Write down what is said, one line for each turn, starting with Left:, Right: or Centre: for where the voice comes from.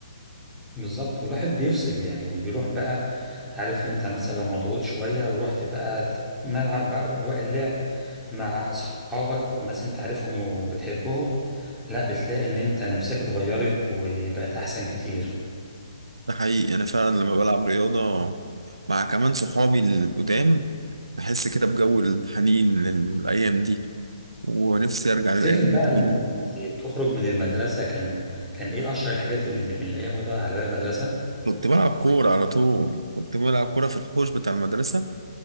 Centre: بالظبط والواحد بيفصل يعني بيروح بقى عارف انت مثلا لو مضغوط شوية ورحت بقى ت- ملعب بقى وقت اللعب مع اصحابك وناس انت عارفهم وبتحبهم لا بتلاقي ان انت نفسك اتغيرت وبقت احسن كتير
Right: ده حقيقي أنا فعلا لما بلعب رياضة مع كمان صحابي القدام بحس كده بجو الحنين للأيام دي ونفسي أرجع
Centre: تفتكر
Right: للأيام
Centre: بقى
Right: دي تاني
Centre: لما كنت بتخرج من المدرسة كان كان ايه اشهر الحاجات اللي بنلاقيها موجودة على باب المدرسة؟
Right: كنت بلعب كورة على طول كنت بلعب كورة في الحوش بتاع المدرسة